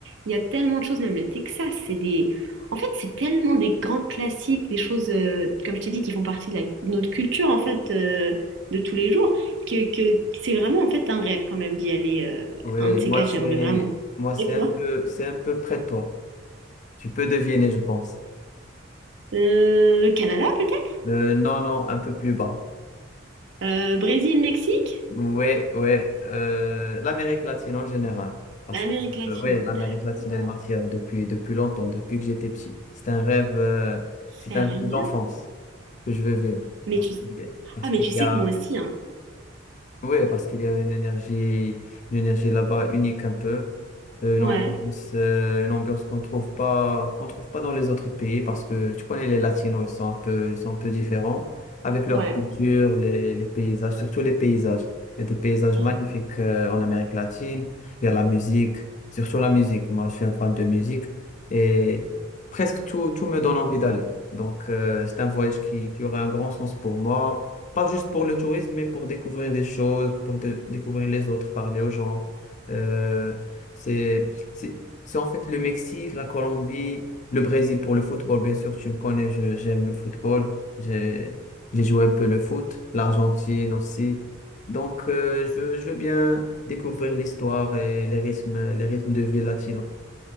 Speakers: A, on the right; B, on the left.
A: Il y a tellement de choses, même le Texas, c'est des... En fait, c'est tellement des grands classiques, des choses, euh, comme je t'ai dit, qui font partie de, la- de notre culture, en fait, euh, de tous les jours, que, que c'est vraiment, en fait, un rêve quand même d'y aller. euh,
B: Oui,
A: un de
B: moi
A: ces quatre,
B: c'est
A: j'aimerais vraiment.
B: moi c'est
A: Et toi?
B: un peu c'est un peu près de toi. Tu peux deviner, je pense.
A: Euh, le Canada, peut-être?
B: Euh, non, non, un peu plus bas.
A: Euh, Brésil, Mexique?
B: Ouais, ouais. euh, l'Amérique latine en général. Parce
A: L'Amérique
B: que,
A: latine,
B: euh, ouais, l'Amérique
A: d'accord.
B: latine, elle m'attire depuis, depuis longtemps, depuis que j'étais petit. C'est un rêve, euh,
A: Sérieux?
B: c'est un rêve d'enfance que je veux vivre.
A: Mais
B: Parce
A: tu...
B: qu'il y a, parce
A: Ah, mais
B: qu'il
A: tu sais
B: y a-
A: que moi aussi, hein.
B: Ouais, parce qu'il y a une énergie, une énergie là-bas unique un peu, Euh, une
A: Ouais.
B: ambiance, euh, une ambiance qu'on trouve pas, qu'on trouve pas dans les autres pays, parce que tu connais les Latinos, ils sont un peu, ils sont un peu différents avec leur
A: Ouais.
B: culture, les, les paysages, surtout les paysages. Il y a des paysages
A: Ah.
B: magnifiques euh, en Amérique latine. Il y a la musique, surtout la musique. Moi, je suis un fan de musique et presque tout, tout me donne envie d'aller. Donc, euh, c'est un voyage qui, qui aurait un grand sens pour moi. Pas juste pour le tourisme, mais pour découvrir des choses, pour dé- découvrir les autres, parler aux gens. Euh, c'est, c'est, c'est en fait le Mexique, la Colombie, le Brésil pour le football. Bien sûr, tu me connais, je- j'aime le football. J'ai, j'ai joué un peu le foot, l'Argentine aussi. Donc, euh, je veux, je veux bien découvrir l'histoire et les rythmes, les rythmes de vie latino.